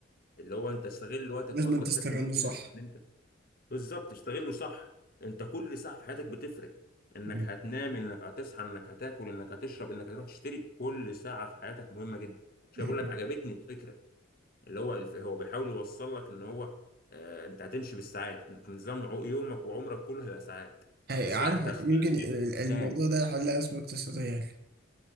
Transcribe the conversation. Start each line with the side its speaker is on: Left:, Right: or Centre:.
Left: اللي هو انت استغل وقتك
Right: لازم
Left: باكبر
Right: أن تستغله
Left: شكل ممكن
Right: صح
Left: لان انت بالظبط استغله صح انت كل ساعه في حياتك بتفرق انك
Right: مم.
Left: هتنام انك هتصحى انك هتاكل انك هتشرب انك هتروح تشتري كل ساعه في حياتك مهمه جدا مش
Right: مم.
Left: بقول لك
Right: مم.
Left: عجبتني الفكره اللي هو الف- هو بيحاول يوصل لك ان هو آه، انت هتمشي بالساعات انت نظام عو- يومك وعمرك كله هيبقى ساعات
Right: هي
Left: ساعتك
Right: عارف يمكن
Left: خلصت
Right: ال- ال- الموضوع
Left: تنام
Right: ده يحلها أزمة اقتصادية يا أخي